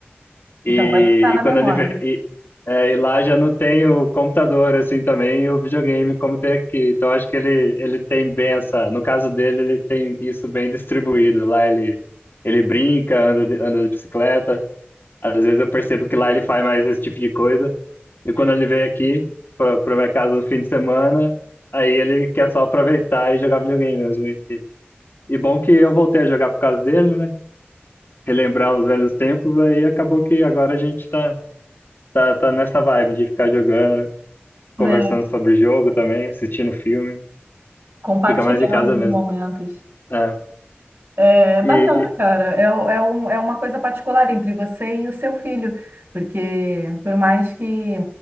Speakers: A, on the right; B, on the left.
A: Então,
B: E,
A: vai ficar na
B: e quando
A: memória,
B: ele vê, e, é, e lá já não tem o computador assim também e o videogame como tem aqui. Então acho que ele, ele tem bem essa, no caso dele, ele tem isso bem distribuído. Lá ele, ele brinca, anda de, anda de bicicleta. Às vezes eu percebo que lá ele faz mais esse tipo de coisa. E quando ele vem aqui para para minha casa no fim de semana, aí ele quer só aproveitar e jogar videogame mesmo. E, e bom que eu voltei a jogar por causa dele, né? Relembrar os velhos tempos, aí acabou que agora a gente tá Tá, tá nessa vibe de ficar jogando,
A: né?
B: conversando sobre o jogo também, assistindo filme.
A: Compartilhando
B: Fica mais em casa mesmo.
A: os momentos.
B: É.
A: É é bacana,
B: E, e-
A: cara. É, u- é, um, é uma coisa particular entre você e o seu filho, porque por mais que,